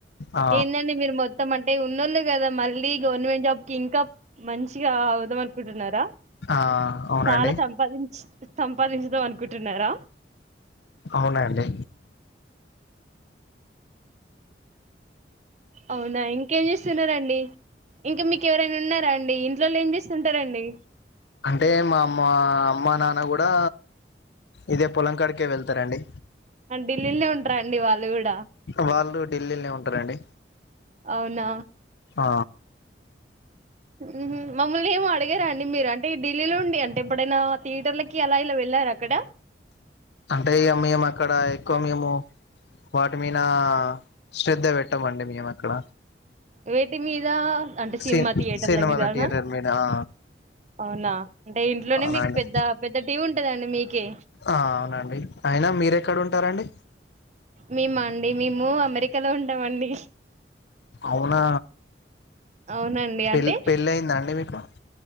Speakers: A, on the left (about 70°); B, on the right (about 40°).
A: ఆ
B: ఏందండి మీరు మొత్తం అంటే ఉన్నోళ్లే కదా మళ్ళీ గవర్నమెంట్ జాబ్ కి ఇంకా మంచి ఇగా అవుదాం అనుకుంటున్నారా
A: ఆ అవునండి
B: చాలా సంపాదించ్ సంపాదించుదాం అనుకుంటున్నారా
A: అవునా అండీ
B: అవునా ఇంకేం చేస్తున్నారండి ఇంకా మీకు ఎవరైనా ఉన్నారా అండి ఇంట్లోల్ ఏం చేస్తుంటారండి
A: అంటే మా అమ్మ అమ్మ నాన్న కూడా ఇదే పొలంకాడకే వెళ్తారండి
B: అ ఢిల్లీల్నే ఉంటరండి వాళ్ళు కూడా
A: వాళ్ళు ఢిల్లీల్నే ఉంటారండి
B: అవునా
A: ఆ
B: ఊ మమ్ముల్ని ఏం అడిగారండి మీరు అంటే డీ ఢిల్లీ లో ఉండి అంటే ఎప్పుడైనా థియేటర్లకి అలా ఇలా వెళ్లార అక్కడ
A: అంటే ఇక మేము అక్కడ ఎక్కువ మేము వాటి మీద శ్రద్ధ పెట్టమండి మేము అక్కడ
B: వేటి మీద అంటే సినిమా
A: సి
B: థియేటర్ల
A: సినిమాల
B: మీదనా
A: థియేటర్ మీద ఆ
B: అవునా అంటే ఇంట్లోనే
A: అవునండి
B: మీకు పెద్ద పెద్ద టీవి ఉంటదండి మీకె
A: ఆ అవునండి అయినా మీరెక్కడ ఉంటారండి
B: మేము అండి మేము అమెరికాలో ఉంటామండి
A: అవునా
B: అవునండి
A: పె
B: అంటే
A: పెళ్ళి అయిందా అండి మీకు